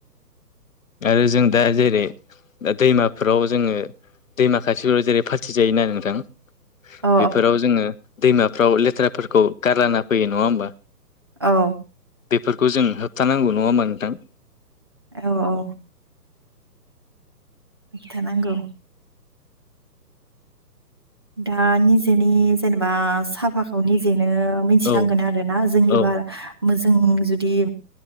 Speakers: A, on the left; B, on the right.
A: आरो जों दा जेरै दा दैमाफोराव जोङो दैमा खाथिफोराव जेरै फाथि जायोना नोंथां।
B: औ
A: बेफोराव जोङो दैमाफ्राव लेथ्राफोरखौ गारलाना फैयो नङा होमबा।
B: औ।
A: बेफोरखौ जों होबथानांगौ नङा होनमा नोंथां।
B: औ औ। खिथाानांगौ दा निजेनि जेनेबा साफाखौ निजेनो मिथिनांगोन
A: औ
B: आरोोना जोंनि
A: औ
B: बार मो जों जुदि